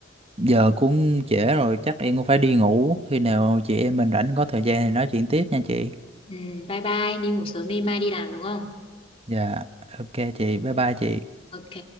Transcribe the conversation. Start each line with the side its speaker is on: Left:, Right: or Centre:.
Right: Giờ cũng trễ rồi, chắc em cũng phải đi ngủ. Khi nào chị em mình rảnh có thời gian thì nói chuyện tiếp nha chị.
Left: ừ, bye bye đi ngủ sớm đi mai đi làm đúng không
Right: Dạ, ok chị, bye bye chị.
Left: ok